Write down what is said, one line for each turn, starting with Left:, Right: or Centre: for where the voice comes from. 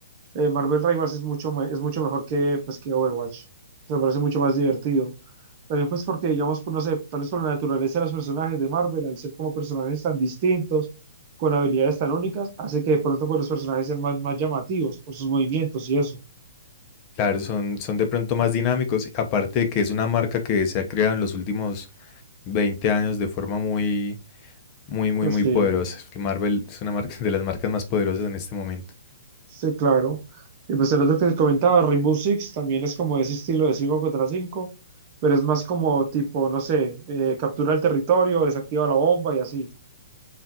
Right: eh, Marvel Rivals es mucho, me- es mucho mejor que, pues, que Overwatch. se me parece mucho más divertido. También pues porque, digamos, pues, no sé, tal vez por la naturaleza de los personajes de Marvel, al ser como personajes tan distintos, con habilidades tan únicas, hace que de pronto pues, los personajes sean más, más llamativos por sus movimientos y eso.
Left: Claro, son, son de pronto más dinámicos, aparte de que es una marca que se ha creado en los últimos 20 años de forma muy, muy, muy,
Right: Pues
Left: muy
Right: sí,
Left: poderosa. Marvel es una marca <laughs> de las marcas más poderosas en este momento.
Right: sí, claro. Y pues el otro que te comentaba, Rainbow Six, también es como ese estilo de 5 contra cinco pero es más como tipo, no sé, eh, captura el territorio, desactiva la bomba y así.